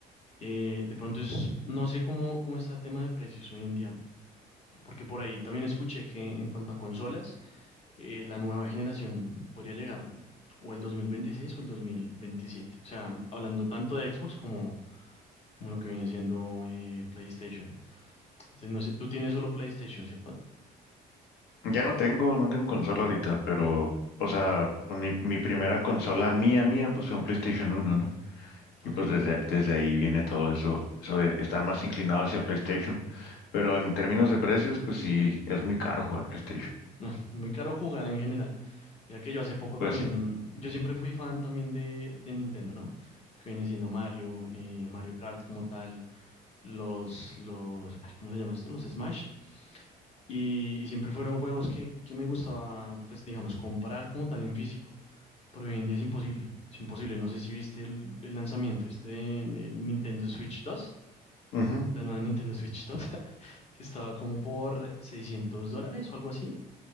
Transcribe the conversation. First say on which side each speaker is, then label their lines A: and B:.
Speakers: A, on the left; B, on the left.
A: Eh, de pronto es, no sé cómo, cómo está el tema de precios hoy en día, porque por ahí también escuché que en cuanto a consolas, eh, la nueva generación podría llegar o el 2026 o el 2027. O sea, hablando tanto de Xbox como, como lo que viene siendo eh, PlayStation. Entonces, no sé, tú tienes solo PlayStation, ¿cierto?
B: Ya no tengo, no tengo consola ahorita, pero, o sea, pues mi, mi primera consola mía, mía, pues fue un PlayStation uno ¿no?
A: Ok.
B: Y pues desde, desde ahí viene todo eso, eso de estar más inclinado hacia PlayStation. Pero en términos de precios, pues sí, es muy caro jugar PlayStation.
A: No, muy caro jugar en general. Mira que yo hace poco
B: Pues
A: también,
B: sí.
A: yo siempre fui fan también de, de Nintendo, ¿no? Que viene siendo Mario, eh, Mario Kart como tal, los, los, ay, ¿cómo se llama esto? Los Smash. Y, y siempre fueron juegos que, que me gustaba, pues digamos, comprar como tal en físico. Pero hoy en día es imposible, es imposible. No sé si viste el, el lanzamiento este de, de Nintendo Switch dos
B: Ujú,
A: la nueva Nintendo Switch dos <laughs> que estaba como por 600 dólares o algo así.